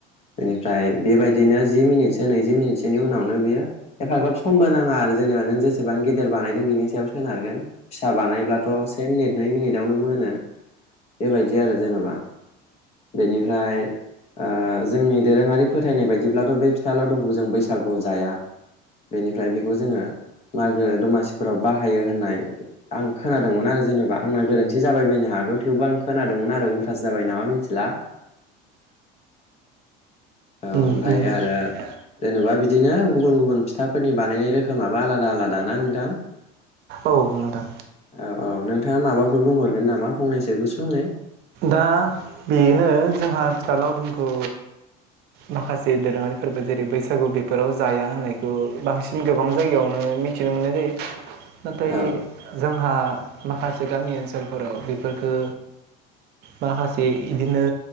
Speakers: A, on the left (about 30°); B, on the right (about 55°).
A: बेनिफ्राय बेबायदिनो जि मिनिटसो नैजि मिनिटसोनि उनावनो बियो एफाग्राब समबो नाङा आरो जेनेबा नों जेसेबां गेदेर बानायदों सोनारगोन फिसा बानायब्लाथ' से मिनिट नै मिनिटआवनो मोनो बेबायदि आरो जेनेबा बेनि ओमफ्राय ओ जोंनि दोरोङारि फोथायनाय बायदिब्लाथ' बे फिथा लावदुमखौ जों बैसागुआव जाया बेनिफ्राय बेखौ जोङो मागो दमासिफोराव बाहायो होननाय आं खोनादोंमोन आरो जेन'बा आंना गोरोन्थि जाबाय बायनो हागौ थेवबो आं खोनादोंमोन आरो उल्थासो जाबाय नामा मिथिला। औ
B: ओमफ्राय
A: ओमफ्रायायो आरो जेनेबा बिदिनो गुबुन गुबुन फिथाफोरनि बानायनाय रोखोमाबो आलादा आलादा ना नोंथां
B: औ नोंथां
A: औ- औ नोंथाङा माबाफोर बुंहरगोन नामा फंनैसो गुसुंयै
B: दा बेनो जोंहा फिथा लावदुमखौ माखासे दोरोङारि फोरबो जेरै बैसागु बेफोराव जाया होननायखौ बांसिन गोबां जायगायावनो मिथिनो मोननाय जायो। नाथाय
A: औ
B: जोंहा माखासे बे गामि ओनसोलफोराव बेफोरफोरखो माखासे इदिनो